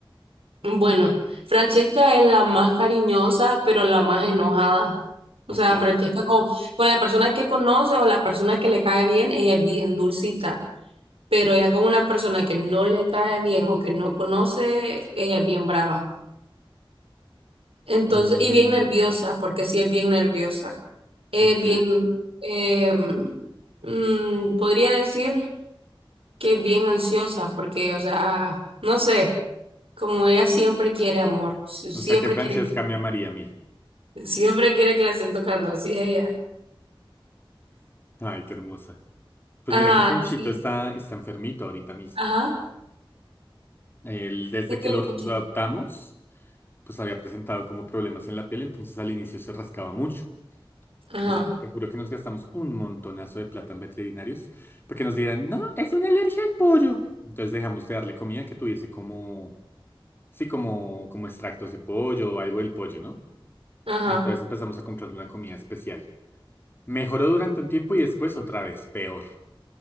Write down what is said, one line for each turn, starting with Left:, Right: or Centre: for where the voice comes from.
Right: Bueno, Francesca es la más cariñosa, pero la más enojada. O
Left: Ok.
Right: sea, Francesca con, con la persona que conoce o la persona que le cae bien, ella es bien dulcita, pero ya con una persona que no le cae bien o que no conoce, ella es bien brava. Entonces,
Left: Mm,
Right: y bien nerviosa, porque sí es bien nerviosa. Es
Left: ok.
Right: bien, eh, mm, podría decir que es bien ansiosa porque, o sea, no sé, como ella siempre quiere amor, si- siempre
Left: O sea que Francesca
Right: quiere que, <laughs>
Left: me amaría a mí.
Right: siempre quiere que la estén tocando, así es ella.
Left: Ay, qué hermosa. Pues
Right: Ajá,
Left: mira que Ponchito
Right: y,
Left: está, está enfermito ahorita mismo.
Right: ajá,
Left: Él, desde
Right: ¿qué tiene
Left: que lo,
Right: Pochita?
Left: lo adoptamos, pues había presentado como problemas en la piel, entonces al inicio se rascaba mucho.
Right: Ajá,
Left: Entonces, te juro que nos gastamos un montonazo de plata en veterinarios porque nos dijeran, no, es una alergia al pollo. Entonces dejamos de darle comida que tuviese como, sí, como, como extractos de pollo o algo del pollo, ¿no?
Right: ajá,
Left: Entonces empezamos a comprarle una comida especial. Mejoró durante un tiempo y después otra vez, peor.